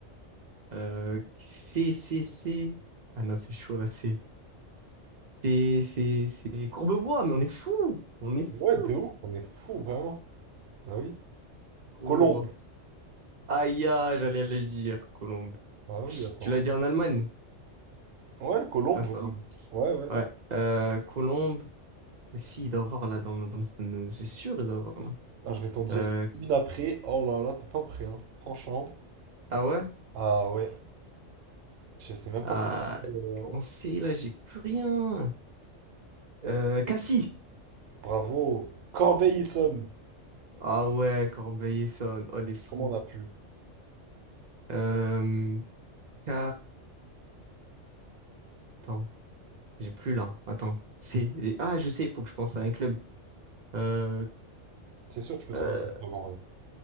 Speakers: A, on the right; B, on the right.
A: Euh, c'est, c'est, c'est. Ah non, c'est chaud là, c'est. C'est, c'est, c'est. Courbevoie, mais on est fou. On est fou,
B: Mais Ouais, de ouf, on est fou, vraiment. Bah oui.
A: Courbevoie.
B: Colombe.
A: Aïe, aïe, j'allais le dire, Colombe.
B: Ah oui, attends.
A: Tu l'as dit en Allemagne?
B: Ouais, Colombe.
A: Ah, c'est pas
B: oui.
A: grave.
B: Ouais, ouais.
A: Ouais. Euh, Colombe. Mais si, il doit y avoir là, dans, dans, dans- c'est sûr, il doit y avoir là.
B: Ah, je vais t'en dire
A: Euh,
B: une après. Oh là là, t'es pas prêt, hein. Franchement.
A: ah ouais?
B: Ah ouais. Je sais même
A: Ah,
B: pas comment. j'ai pu, euh,
A: on sait, là, j'ai plus rien. Euh, Cassie.
B: Bravo. Corbeil-Essonne.
A: Ah ouais, Corbeil-Essonnes. Oh, les fous.
B: Comment on a pu?
A: Euh, K... Attends, j'ai plus là. Attends. C. Ah, je sais, il faut que je pense à un club. Euh,
B: C'est sûr que tu peux
A: euh,
B: trouver des trucs en vrai.